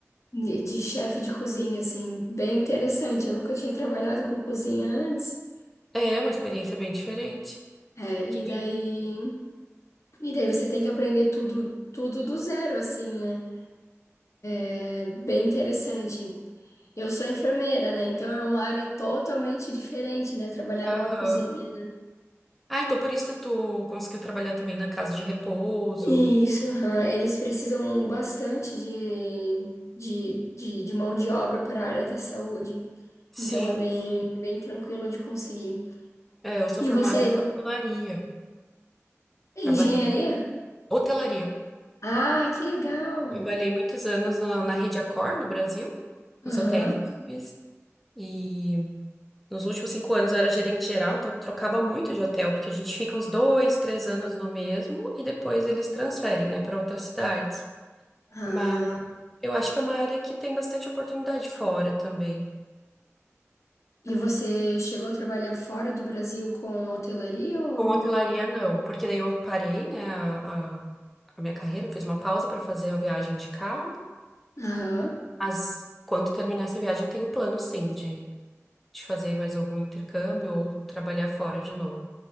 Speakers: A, on the left; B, in the centre.
A: De, de chefe de cozinha, assim. Bem interessante. Eu nunca tinha trabalhado com cozinha antes.
B: É uma experiência bem diferente.
A: É,
B: Que-
A: e daí. E daí, você tem que aprender tudo, tudo do zero, assim, né? É bem interessante. Eu sou enfermeira, né? Então é uma área totalmente diferente, né? Trabalhar
B: Aham.
A: numa cozinha, né?
B: Ah, então por isso tu conseguiu trabalhar também na casa de repouso.
A: Isso, aham. Eles precisam bastante de, de, de, de mão de obra para a área da saúde.
B: Sim,
A: Então é bem, bem tranquilo de conseguir.
B: é, eu sou
A: E
B: formada
A: você,
B: em
A: vo-
B: hotelaria.
A: engenharia?
B: Trabalhei. Hotelaria.
A: Ah, que legal!
B: Trabalhei muitos anos na, na Rede Accor, no Brasil, nos
A: Aham.
B: hotéis VIPs. E nos últimos cinco anos eu era gerente geral, então trocava muito de hotel, porque a gente fica uns dois, três anos no mesmo e depois eles transferem, né, para outras cidades.
A: Ah.
B: Mas eu acho que é uma área que tem bastante oportunidade fora também.
A: E você chegou a trabalhar fora do Brasil com hotelaria ou...
B: Com hotelaria, não, porque daí eu parei, né, a, a- a minha carreira, fiz uma pausa para fazer a viagem de carro.
A: Aham.
B: mas quando terminar essa viagem, eu tenho plano, sim, de, de fazer mais algum intercâmbio ou trabalhar fora de novo.